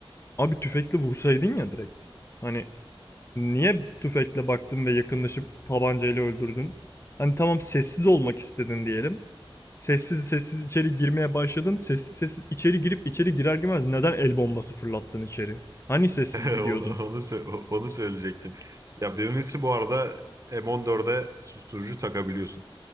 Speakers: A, on the left; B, on the right.
A: Abi tüfekle vursaydın ya direkt. Hani Niye tüfekle baktın ve yakınlaşıp tabancayla öldürdün? Hani tamam sessiz olmak istedin diyelim. Sessiz sessiz içeri girmeye başladın. Sessiz sessiz içeri girip içeri girer girmez neden el bombası fırlattın içeri? Hani sessiz
B: <laughs> Onu,
A: gidiyordun?
B: onu, sö- onu söyleyecektim. Ya birincisi bu arada M14'e susturucu takabiliyorsun.